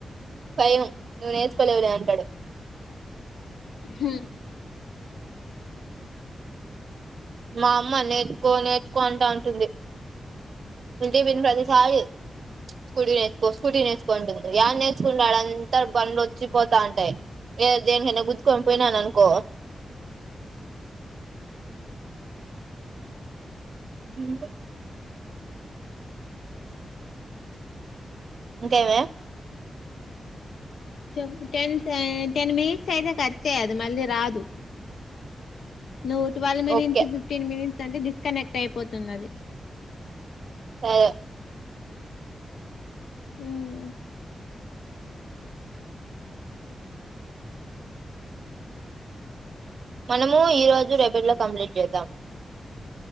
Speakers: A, on the right; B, on the left.
A: భయం నువ్ నేర్చుకోలేవులే అంటాడు.
B: హ్
A: మా అమ్మ నేర్చుకో నేర్చుకో అంటా ఉంటుంది. ఇంటిక్ పోయిన ప్రతిసారి స్కూటీ నేర్చుకో స్కూటీ నేర్చుకో అంటుంది. యాడ నేర్చుకుంటా ఆడంతా బండ్లు వచ్చి పోతా ఉంటాయి. ఏ దేనికైనా గుద్దుకోన్ పోయినాననుకో మ్ ఇంకేమే
B: చెప్పు టెంన్స్ ఏ టెన్ మినిట్స్ అయితే కట్ చేయి అది మళ్ళీ రాదు. నువ్వు twelve minutes
A: okay
B: fifteen minutes అంటే డిస్కనెక్ట్ అయిపోతుంది అది.
A: <unintelligible>
B: మ్
A: మనము ఈ రోజు రేపట్లో కంప్లీట్ చేద్దాం.